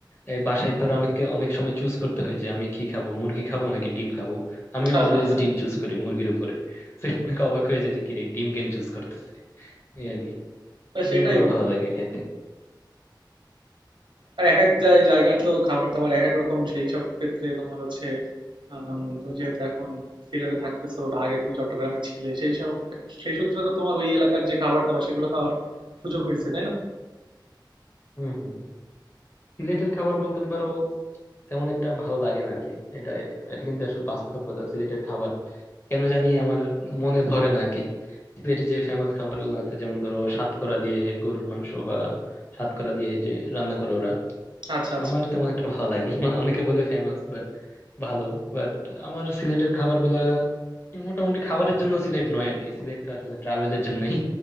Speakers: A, on the left; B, on the right.
A: এই বাসায় ধরো আমাকে অনেক সময় চুজ করতে হয় যে আমি কি খাবো মুরগি খাবো নাকি ডিম খাবো আমি
B: <laughs>
A: অলওয়েজ ডিম চুজ করি মুরগির উপরে তো অনেকে অবাক হয়ে যায় যে কি রে ডিম কেন চুজ করতেছে এই আর কি ডিম
B: সেটাই
A: আমার
B: বন্ধু
A: ভালো লাগে খাইতে
B: আর এক এক
A: হুম
B: জায়- জায়গার তো খাবার দাবার এক এক রকম সেই সব ক্ষেত্রে তোমার হচ্ছে আম, তুমি যেহেতু এখন সিলেটে থাকতেছো বা আগে তুমি চট্টগ্রামে ছিলে সেই সব সেই সূত্রে তো তোমার ওই এলাকার যে খাবার দাবার সেগুলো খাওয়ার সুযোগ হয়েছে তাই না
A: হুম হুম সিলেটের খাবার বলতে পারো তেমন একটা ভালো লাগে না আর কি এটা এটা কিন্তু আসলে বাস্তব কথা সিলেটের খাবার কেন জানি আমার মনে ধরে না আর কি সিলেটের যে ফেমাস খাবার গুলো আছে যেমন ধরো সাতকরা দিয়ে গরুর মাংস বা সাতকরা দিয়ে যে রান্না করে ওরা
B: আচ্ছা আচ্ছা
A: আমার তেমন একটা ভালো লাগে না অনেকে বলে ফেমাস বাট ভালো বাট আমার সিলেটের খাবারগুলা মোটামুটি খাবারের জন্য সিলেট নয় আর কি সিলেটটা আসলে ট্রাভেলের জন্যই